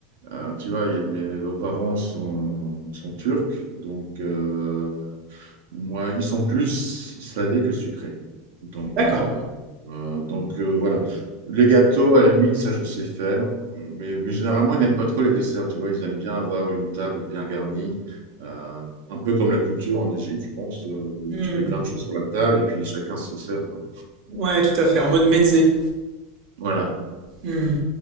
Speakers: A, on the right; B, on the right.
A: euh, tu vois, il y a- mes, mes beaux-parents sont, sont turcs, donc euh, Moi, ils sont plus salés que sucrés. Donc,
B: D'accord.
A: euh, euh, donc euh, voilà. Les gâteaux, à la limite, ça, je sais faire. Euh, Mais, mais généralement, ils n'aiment pas trop les desserts. Tu vois, ils aiment bien avoir une table bien garnie. euh, un peu comme la culture en Égypte, je pense, euh, où
B: Hmm.
A: tu mets plein de choses sur la table et puis chacun se sert, quoi.
B: Ouais, tout à fait, en mode mezzé.
A: Voilà.
B: Hmm.